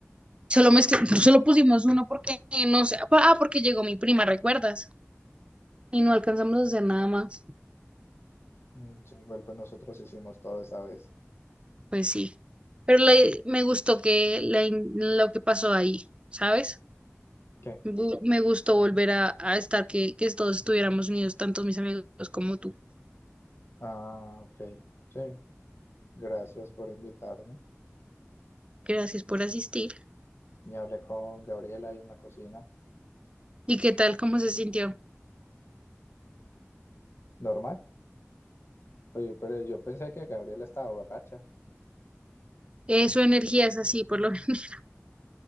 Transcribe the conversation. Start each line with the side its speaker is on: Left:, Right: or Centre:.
Right: Solo, mezcl- solo pusimos uno porque no sé. Ah, porque llegó mi prima, ¿recuerdas? y no alcanzamos a hacer nada más,
Left: Mm, Sí, igual pues nosotros hicimos todo esa vez.
Right: pues sí. Pero la- me gustó que la in- lo que pasó ahí, ¿sabes?
Left: ¿Qué?
Right: Bu- Me gustó volver a, a estar, que, que todos estuviéramos unidos, tanto mis amigos como tú.
Left: Ah, ok. Sí, gracias por invitarme.
Right: Gracias por asistir.
Left: Y hablé con Gabriela ahí en la cocina.
Right: ¿Y qué tal? ¿Cómo se sintió?
Left: ¿Normal? Oye, pero yo pensé que Gabriela estaba borracha.
Right: Eh, su energía es así, por lo menos.